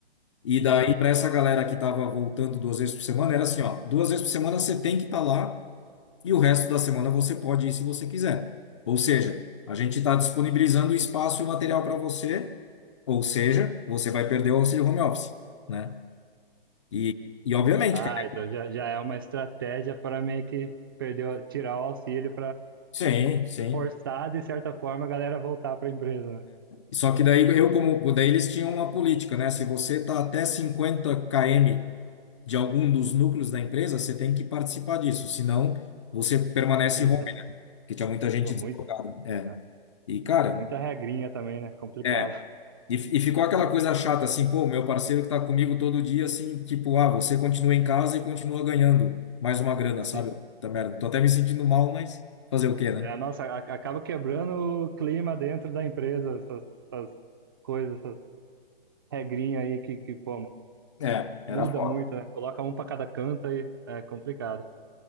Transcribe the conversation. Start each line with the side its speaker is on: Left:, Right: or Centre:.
Left: E daí,
Right: Sim.
Left: para essa galera que tava voltando duas vezes por semana, era assim, ó, duas vezes por semana você tem que estar lá e o resto da semana você pode ir se você quiser. Ou seja, a gente está disponibilizando o espaço e o material para você, ou seja, você vai perder o auxílio home office, né? E, e obviamente,
Right: Ah,
Left: cara,
Right: então já, já é uma estratégia para meio que perder, o- tirar o auxílio
Left: sim, sim.
Right: forçar, de certa forma, a galera voltar para a empresa, né?
Left: Só que daí eu como daí eles tinham uma política, né? Se você está até 50 km de algum dos núcleos da empresa, você tem que participar disso, senão você permanece
Right: Eita,
Left: home, porque tinha muita gente
Right: pô,
Left: deslocada.
Right: muito,
Left: É.
Right: é,
Left: E cara,
Right: muita regrinha também, né? Complicado.
Left: é,
Right: <laughs>
Left: e, e ficou aquela coisa chata assim, pô, meu parceiro que tá comigo todo dia assim, tipo, ah, você continua em casa e continua ganhando mais uma grana,
Right: Sim.
Left: sabe? Tá merda. Tô até me sentindo mal, mas fazer o quê, né?
Right: É, nossa, a- acaba quebrando o clima dentro da empresa, essas, essas coisas, essas regrinhas aí que, que pô,
Left: É, era
Right: muda
Left: foda.
Right: muito, né? Coloca um para cada canto aí, é complicado.